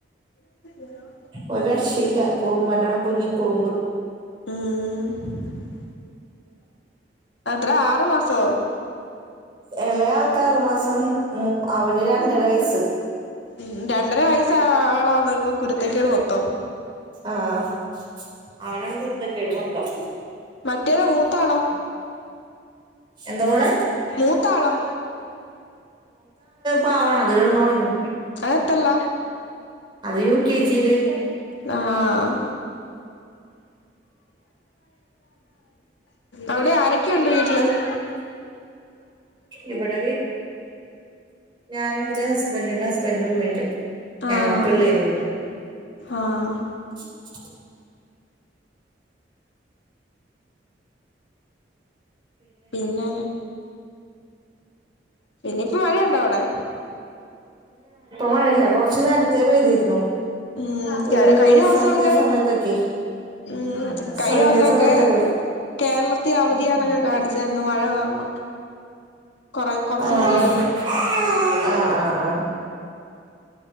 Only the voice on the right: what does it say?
ഒ രക്ഷ ഇല്ല കുറുമ്പനാണ് കുഞ്ഞി കുറുമ്പ്
ഇളയ ആൾക്കാറ്മാസം മു അവന് രണ്ടര വയസ്സ്
ആഹ അവനാണ് കുരുത്ത കേട് മൊത്തം
എന്താ മോളെ
പാവാാണ് അത് കിടന്ന് ഉറങ്ങി
അത് യു കെ ജിയില്
ഇവിടെ ഞാൻ ന്റെ ഹസ്ബൻറ് ഉണ്ട് ഹസ്ബൻറും ഉമ്മ ഉണ്ട്
ഞാ പിള്ളേരും ഉണ്ട്
<inaudible>
മയല്ലേ കൊർ ച്ച് നേര്ത്തെേ പെയ്തിരുന്നു.
ഒരു
സന്ധ്യ സമയത്തൊക്കെ
സന്ധ്യ സമയത്തൊക്കെ
ആഹ്
ആഹ്
ആഹ് ആഹ്